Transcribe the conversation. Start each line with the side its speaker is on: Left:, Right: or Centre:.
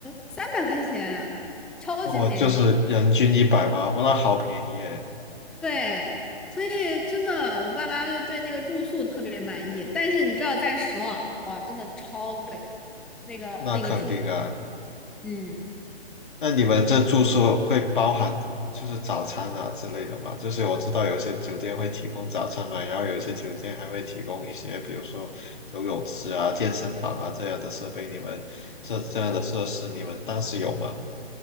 Centre: 三百块钱，超级便宜，
Left: 我就是人均一百嘛，哇，那好便宜耶，
Centre: 对。所以真的，我爸妈就对那个住宿特别满意，但是你知道，在首尔哇，真的超贵。那个那个住。
Left: 那肯定啊。
Centre: 嗯，
Left: 那你们这住宿会包含就是早餐啊之类的吗？就是我知道有些酒店会提供早餐嘛，然后有些酒店还会提供一些，比如说游泳池啊、健身房啊这样的设备。你们这这样的设施，你们当时有吗？